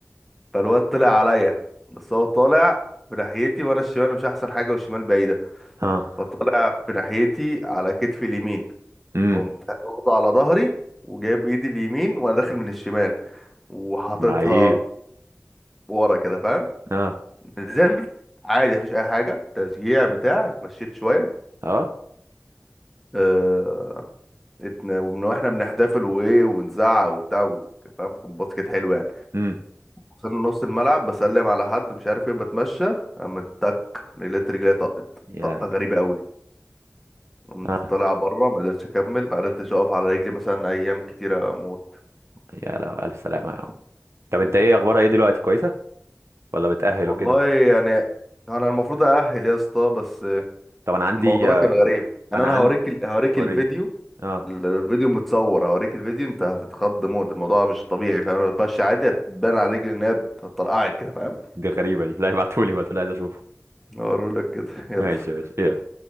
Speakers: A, in the centre; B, on the right.
A: فالواد طلع عليا بس هو طالع في ناحيتي وانا الشمال مش احسن حاجه والشمال بعيده
B: ها
A: فطالع في ناحيتي على كتفي اليمين
B: امم
A: فقمت واخده على ظهري وجايب ايدي اليمين وانا داخل من الشمال وحاططها
B: لعيب
A: ورا كده فاهم
B: اه
A: نزلت عادي مفيش اي حاجه تشجيع بتاع اتمشيت شويه
B: اه
A: اه اتن... ومن واحنا بنحتفل وايه ونزعق وبتاع و- فاهم كان باسكت حلو يعني
B: امم
A: وصلنا نص الملعب بسلم على حد مش عارف ايه بتمشى قامت تك لقيت رجلي طقت
B: يا
A: طقة
B: لهوي
A: غريبة قوي قمت
B: اه
A: طالع بره ما قدرتش اكمل ما قدرتش اقف على رجلي مثلا ايام كتيرة اموت
B: يا لهوي الف سلامه يا عم طب انت ايه اخبارها ايه دلوقتي كويسه ولا بتأهل
A: والله
B: وكده
A: يعني انا المفروض اأهل يا اسطى بس
B: طب انا عندي
A: الموضوع
B: آه،
A: كان غريب يعني
B: انا
A: انا
B: عندي
A: هوريك ال... هوريك
B: وريني
A: الفيديو
B: اه
A: ال- الفيديو متصور هوريك الفيديو انت هتتخض موت الموضوع مش طبيعي فاهم لو بتمشي عادي هتبان على رجلي ان هي اتطرقعت كده فاهم
B: دي غريبة دي لا ابعتولي بقى عايز اشوفه
A: هوريلك كده <laughs> يلا
B: ماشي ماشي ايه